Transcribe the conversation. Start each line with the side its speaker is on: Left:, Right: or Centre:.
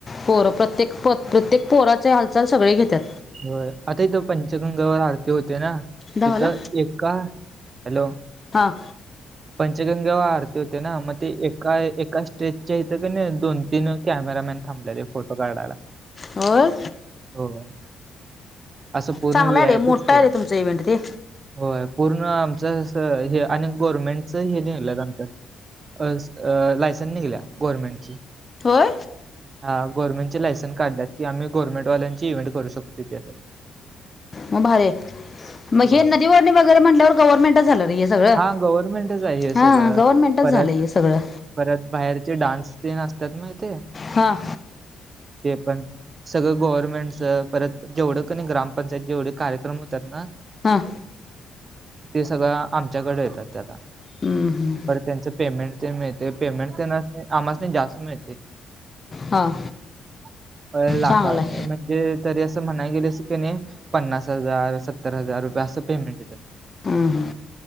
Left: पोर प्रत्येक प्रत्येक पोराचे हालचाल सगळे घेतात.
Right: हो आता इथं पंचगंगावर आरती होते ना
Left: धावाला
Right: तिथं एका हॅलो.
Left: हा.
Right: पंचगंगेव आरती होते ना मग ते एका एका स्टेजच्या इथं का नाही दोन तीन कॅमेरामॅन थांबलेले फोटो काढायला.
Left: होय?
Right: होय असं पूर्ण
Left: चांगला
Right: व्हीआयपीच
Left: आहे रे मोठा
Right: केलं
Left: आहे रे तुमच इव्हेंट ते.
Right: होय पूर्ण आमच अस हे आणि गवर्नमेंट हे निघलंत आमच्या लायसन निघल्या गव्हर्नमेंटची
Left: होय?
Right: हा गव्हर्मेंटची लायसन काढल्या ती आम्ही गव्हर्नमेंट वाल्यांची इव्हेंट करू शकतो <inaudible> <unintelligible>
Left: मग भावे, मग
Right: होय
Left: हे नदीवर्णी वगैरे म्हटल्यावर गव्हर्नमेंटच झालं र हे सगळं.
Right: हा गव्हर्नमेंटच आहे हे सगळं
Left: हा गव्हर्नमेंटच
Right: परत
Left: झालंय हे सगळं.
Right: परत बाहेरचे डान्स <unintelligible> असतात ना इथे.
Left: हा.
Right: ते पण सगळं गव्हर्नमेंटचं परत जेवढं तुम्ही ग्रामपंचायत जेवढे कार्यक्रम होतात ना,
Left: हं.
Right: ते सगळं आमच्याकडे येतात ते आता.
Left: हम्म, हम्म.
Right: परत त्यांचं पेमेंट ते मिळते पेमेंट त्यांना अम्हासनी जास्त मिळते.
Left: हा
Right: <unintelligible> म्हणजे
Left: चांगलं आहे
Right: तरी असं म्हणाय गेलो असतो की नई पन्नास हजार, सत्तर हजार रुपये असं पेमेंट देत्यात.
Left: ह्म हम्म.